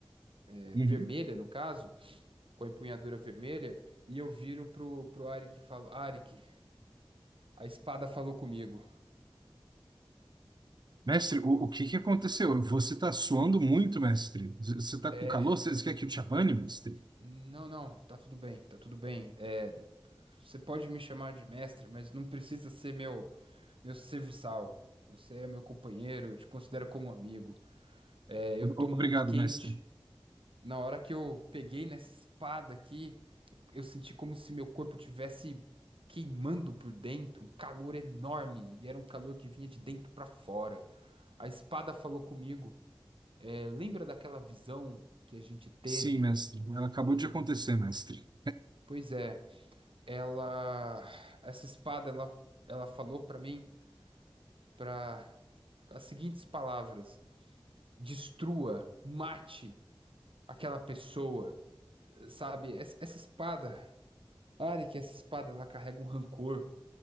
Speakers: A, on the right; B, on the right.
A: É,
B: Uhum.
A: vermelha, no caso, com a empunhadura vermelha. E eu viro pro, pro Arik e falo: Arik, A espada falou comigo.
B: Mestre, o, o que que aconteceu? Você tá suando muito, mestre. Z- Você tá
A: É,
B: com calor? Você você quer que eu te abane, mestre?
A: não, não, tá tudo bem, tá tudo bem. É, você pode me chamar de mestre, mas não precisa ser meu, meu serviçal. Você é meu companheiro, eu te considero como um amigo. É, eu
B: O-
A: tô muito
B: Obrigado,
A: quente.
B: mestre.
A: Na hora que eu peguei nessa espada aqui, eu senti como se meu corpo tivesse queimando por dentro, um calor enorme, e era um calor que vinha de dentro pra fora. A espada falou comigo. É, lembra daquela visão que a gente teve?
B: Sim, mestre. Ela acabou de acontecer, mestre.
A: Pois é. Ela, essa espada, ela, ela falou pra mim para as seguintes palavras: destrua, mate aquela pessoa, sabe? Essa, essa espada, Arik, essa espada, ela carrega um rancor